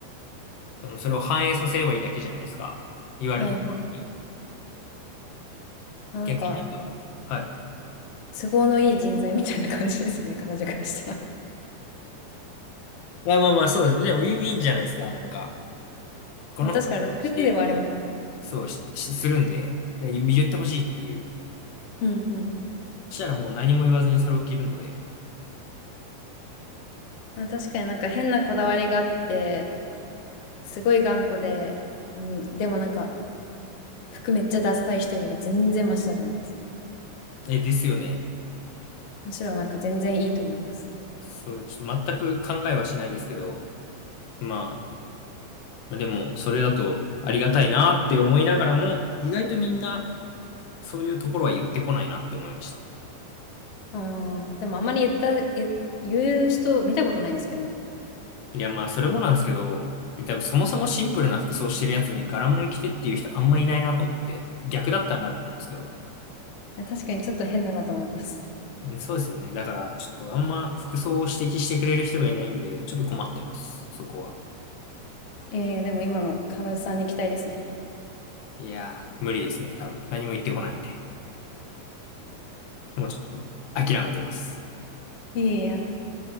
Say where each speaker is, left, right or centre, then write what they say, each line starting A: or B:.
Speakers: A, on the left; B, on the left.
A: その、それを反映させればいいだけじゃないですか。言われた通りに。
B: はいはい。あなんか、
A: 逆になんか、はい。
B: 都合のいい人材みたいな感じですよね、彼女からしたら。
A: いや、まあまあ、そうです。でも、ウィンウィンじゃないですか。なんか、この服をして、
B: まあ、確かに楽ではありますね。
A: そう、し、しするんで、で、言ってほしいっていう。
B: うんうん。
A: そしたらもう何も言わずにそれを着るので。
B: まあ、確かになんか変なこだわりがあって、すごい頑固で、うん、でもなんか、服めっちゃダサい人よりは全然マシだと思います。
A: え、ですよね。
B: むしろなんか全然いいと思います。
A: そう、ちょっと全く考えはしないですけど、まあ、まあでも、それだとありがたいなって思いながらも、意外とみんな、そういうところは言ってこないなって思いました。
B: うん、でもあんまり言った、言、言う人見たことないですけどね。
A: いや、まあ、それもなんですけど、え多分そもそもシンプルな服装してるやつに柄物着てっていう人あんまいないなと思って、逆だったらあると思うんですけど。
B: 確かにちょっと変だなと思います。
A: うんそうですよね。だから、ちょっとあんま服装を指摘してくれる人がいないんで、ちょっと困ってます。そこは。
B: えー、でも今の彼女さんに期待ですね。
A: いやー、無理ですね。多分。何も言ってこないんで。もうちょっと、諦めてます。
B: いやいや、